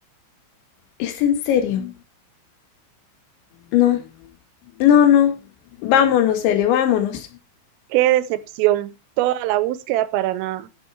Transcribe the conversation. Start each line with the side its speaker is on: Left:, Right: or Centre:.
Left: ¿Es en serio? No, no, no. Vámonos, Ele, vámonos.
Right: Qué decepción, toda la búsqueda para nada.